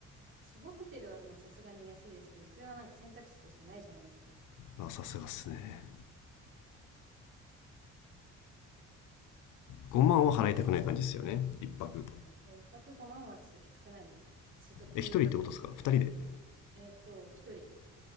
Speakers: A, on the right (about 40°); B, on the left (about 80°).
A: 初号ホテルはまあさすがに安いですけど、それはなんか選択肢としてないじゃないですか。
B: あさすがっすね5万は払いたくない感じですよね1泊
A: いや、一泊5万はちょっときつくないですか私ちょっと貧乏なの
B: え1人ってことですか2人で1
A: で。えっと、一人。